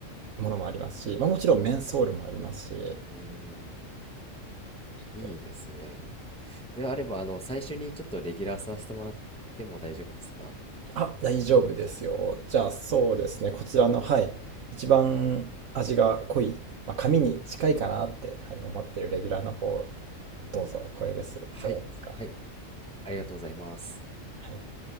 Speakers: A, on the right; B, in the centre.
A: ものもありますし、まあ、もちろんメンソールもありますし、
B: うーん、
A: ちょっと
B: いいですね。であれば、あの、最初にちょっとレギュラーさせてもらっても大丈夫ですか
A: あ、大丈夫ですよ。じゃあそうですね、こちらの、はい、一番味が濃い、まあ、紙に近いかなって、はい、思ってるレギュラーの方、どうぞ、これです。
B: はい、
A: いかがですか
B: はい、ありがとうございます。
A: はい。